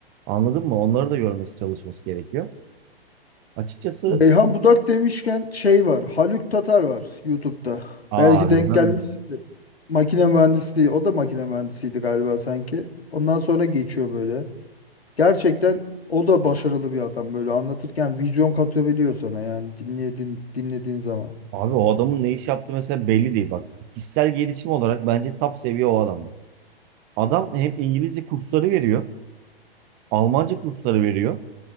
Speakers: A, on the right (about 30°); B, on the left (about 80°).
A: anladın mı? Onları da görmesi, çalışması gerekiyor. Açıkçası
B: Beyhan Budak demişken şey var. Haluk Tatar var YouTube'da.
A: aa
B: Belki denk
A: bilmem.
B: gelmişsindir. Makine mühendisliği. O da makine mühendisiydi galiba sanki. Ondan sonra geçiyor böyle. Gerçekten o da başarılı bir adam böyle anlatırken vizyon katabiliyor sana yani dinlediğin dinlediğin zaman.
A: Abi o adamın ne iş yaptığı mesela belli değil. Bak kişisel gelişim olarak bence top seviye o adamdır. Adam hem İngilizce kursları veriyor, Almanca kursları veriyor.